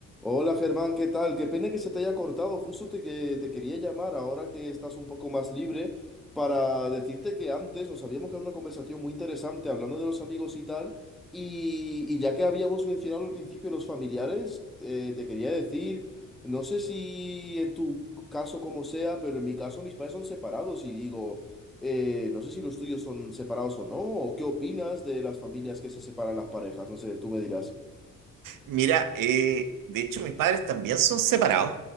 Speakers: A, in the centre; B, on the right (about 65°).
A: Hola Germán, ¿qué tal? Qué pena que se te haya cortado. Justo te, que, te quería llamar ahora que estás un poco más libre para decirte que antes nos habíamos quedado en una conversación muy interesante hablando de los amigos y tal. Y, y ya que habíamos mencionado al principio los familiares, eh, te quería decir, no sé si en tu caso como sea, pero en mi caso mis padres son separados y digo, eh, no sé si los tuyos son separados o no, o qué opinas de las familias que se separan las parejas. No sé, tú me dirás.
B: Mira, eh, de hecho mis padres también son separados.